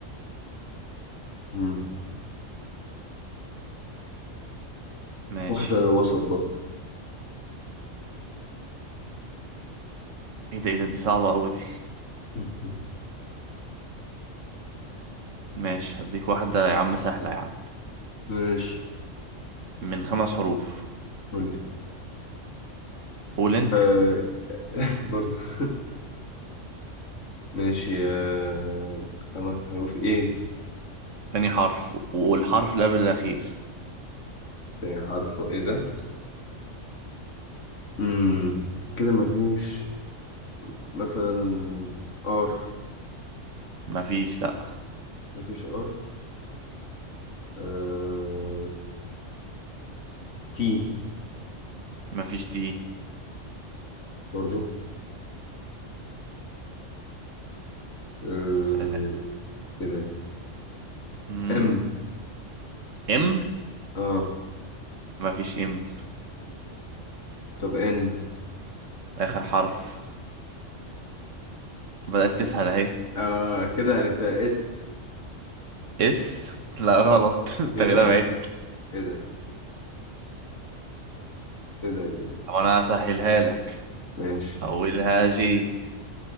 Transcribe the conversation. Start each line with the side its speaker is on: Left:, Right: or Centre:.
Left: مم.
Right: ماشي
Left: واحدة وسط برضه
Right: ايه ده ايه ده دي صعبة قوي دي
Left: <laughs>
Right: ماشي هديك واحدة يا عم سهلة يا عم
Left: ماشي
Right: من خمس حروف
Left: قول لي
Right: قول انت
Left: آه <laughs> برضه <laughs> ماشي آه، خمس حروف ايه
Right: تاني حرف والحرف اللي قبل الاخير
Left: تاني حرف ايه ده امم كده مفيش مثلا ار
Right: مفيش لا
Left: مفيش ار آه... تي
Right: مفيش تي
Left: برضو آه...
Right: سهلة
Left: ايه ده
Right: امم
Left: ام
Right: ام
Left: اه
Right: مفيش ام
Left: طب ان
Right: اخر حرف بدأت تسهل اهي
Left: اه كده عرفتها اس
Right: اس لا غلط <laughs> انت
Left: ايه ده
Right: كده بعدت
Left: ايه ده ايه ده, إيه ده؟
Right: طب انا هسهلها لك
Left: ماشي
Right: اولها جي